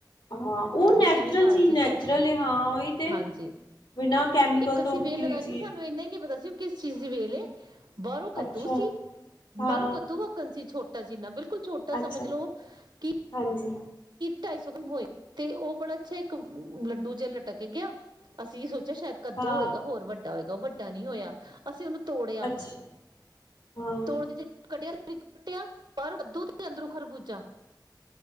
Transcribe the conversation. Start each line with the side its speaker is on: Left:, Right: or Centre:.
Left: ਹਾਂ ਉਹ
Right: ਤੋਰੀਆਂ
Left: ਨੈਚੁਰਲ
Right: ਵੀ ਘਰ
Left: ਚੀਜ਼
Right: ਸੀ
Left: ਨੈਚੁਰਲ
Right: ਸਾਡੇ
Left: ਹਾਂ, ਉਹੀ ਤੇ
Right: ਹਾਂਜੀ।
Left: ਬਿਨਾਂ ਕੈਮੀਕਲ
Right: ਇੱਕ
Left: ਤੋਂ
Right: ਅਸੀਂ
Left: ਉੱਗੀ
Right: ਵੇਲ ਲਗਾਈ
Left: ਹੋਈ ਸੀ।
Right: ਸਾਨੂੰ ਇੰਨਾ ਨੀ ਪਤਾ ਸੀ ਕਿਸ ਚੀਜ਼ ਵੇਲੇ ਬਰੋਂ ਕੱਦੂ
Left: ਅੱਛਾ
Right: ਸੀ
Left: ਹਾਂ
Right: ਬਰੋਂ ਕੱਦੂ ਆ ਕਣਸੀ ਛੋਟਾ ਤਾਜੀ ਨਾ ਬਿਲ ਬਿਲਕੁਲ ਛੋਟਾ
Left: ਅੱਛਾ
Right: ਸਮਝ ਲੋ ਕਿ
Left: ਹਾਂਜੀ
Right: ਢਾਈ ਸੌ ਗ੍ਰਾਮ ਹੋਏ ਤੇ ਉਹ ਬੜਾ ਅੱਛਾ ਇੱਕ ਲੱਡੂ ਜਿਹਾ ਲਟਕ ਗਿਆ। ਅਸੀਂ ਸੋਚ ਚਿਆ ਸ਼ਾਇਦ ਕੱਦੂ
Left: ਹਾਂ
Right: ਹੋਏਗਾ ਹੋਰ ਵੱਡਾ ਹੋਏਗਾ। ਉਹ ਵੱਡਾ ਨਹੀਂ ਹੋਇਆ, ਅਸੀਂ ਉਹਨੂੰ ਤੋੜਿਆ
Left: ਅੱਛਾ ਹਾਂ
Right: ਤੋੜ ਕੇ ਜੇ ਕੱਢਿਆ ਕੱਟਿਆ ਪਰ ਕੱਦੂ ਦੇ ਅੰਦਰੋਂ ਖਰਬੂਜਾ।